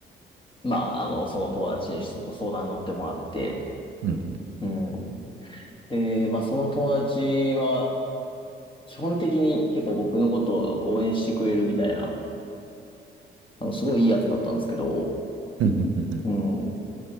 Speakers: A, on the left (about 25°); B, on the right (about 80°).
A: まあ、あの、その友達にそこ相談に乗ってもらって、
B: うん、
A: うん。で、まあ、その友達は、基本的に結構僕のことを応援してくれるみたいな、あの、すごいいいやつだったんですけど、
B: うん、うん、うん、うん
A: うん。